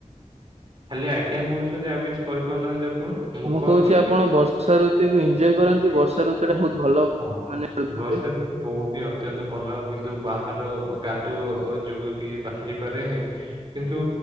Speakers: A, on the right (about 40°); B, on the right (about 55°).
A: ଖାଲି ଆଜ୍ଞା କହୁଚନ୍ତି ଆଉ କିଛି କହିପାରୁନାହାନ୍ତି ଆପଣ? ମୂକ
B: ମୁଁ କହୁଚି
A: ଅଛନ୍ତି
B: ଆପଣ
A: କି?
B: ବର୍ଷା ଋତୁକୁ ଏଇଞ୍ଜୟ କରନ୍ତି ବର୍ଷା ଋତୁ ଟା ବହୁତ୍ ଭଲ।
A: ହଁ
B: ମାନେ ଋତୁଟେ
A: ବର୍ଷା ଋ ବହୁତ୍ ହିଁ ଅତ୍ୟନ୍ତ ଭଲ କିନ୍ତୁ ବାହାର କାଦୁଅ ଯୋଗୁଁ ଟିକେ ବାହାରି ପାରେନି। କିନ୍ତୁ